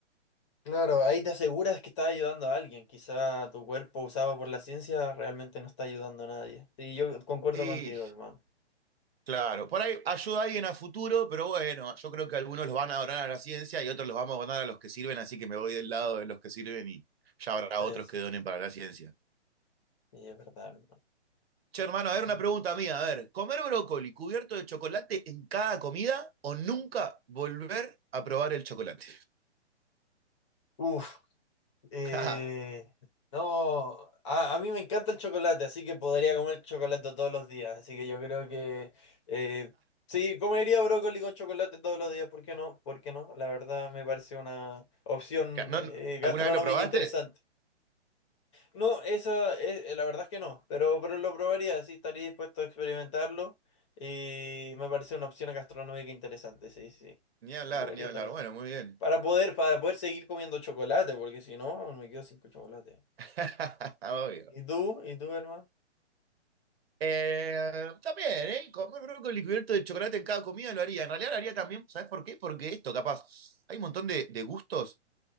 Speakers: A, on the left; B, on the right.
A: claro, ahí te aseguras que estás ayudando a alguien. Quizá tu cuerpo usado por la ciencia realmente no está ayudando a nadie. Sí, yo concuerdo
B: Y
A: contigo, hermano.
B: Claro, por ahí ayuda a alguien a futuro, pero bueno, yo creo que algunos los van a donar a la ciencia y otros los vamos a donar a los que sirven, así que me voy del lado de los que sirven y ya habrá
A: Es,
B: otros que donen para la ciencia.
A: sí, es verdad, hermano.
B: Che, hermano, a ver
A: es
B: una
A: verdad.
B: pregunta mía, a ver, ¿comer brócoli cubierto de chocolate en cada comida o nunca volver a probar el chocolate?
A: Uf. Eh,
B: <laughs>
A: no, a, a mí me encanta el chocolate, así que podría comer chocolate todos los días. Así que yo creo que eh, sí, comería brócoli con chocolate todos los días. ¿Por qué no? ¿Por qué no? La verdad me parece una opción
B: ¿No-
A: eh, gastronómica
B: ¿Alguna vez lo probaste?
A: interesante. No, esa es, la verdad es que no, pero, pero lo probaría, sí, estaría dispuesto a experimentarlo y me parece una opción gastronómica interesante, sí, sí.
B: Ni hablar,
A: Lo comería
B: ni hablar.
A: todos los
B: Bueno,
A: días.
B: muy bien.
A: Para poder, para poder seguir comiendo chocolate, porque si no, me quedo sin chocolate.
B: <laughs> Obvio.
A: ¿Y tú? ¿Y tú, hermano?
B: Eh, también, ¿eh? Comer brócoli cubierto de chocolate en cada comida lo haría. En realidad lo haría también, ¿sabes por qué? Porque esto, capaz, hay un montón de, de gustos